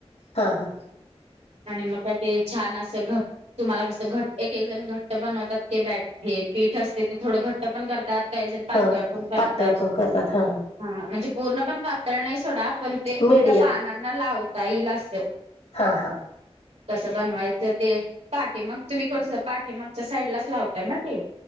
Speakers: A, on the left; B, on the right.
A: हा हा
B: आणि मग का ते छान असं घट तुम्हाला कसं घट एक एक जण घट्ट बनवतात ते बॅट घेत पीठ असतंय थोडं घट्ट पण करतात काही जण पातळ
A: हा
B: पण करतात
A: पातळ पण करतात
B: हा म्हणजे पूर्ण पण पातळ नाही सोडा पण ते
A: मीडियम
B: त्या पानांना लावत लावता येईल असं
A: हा हा
B: तसं बनवायचं ते पाठी मग तुम्ही कसं पाठीेमगच्या साईडलाच लावताय ना ते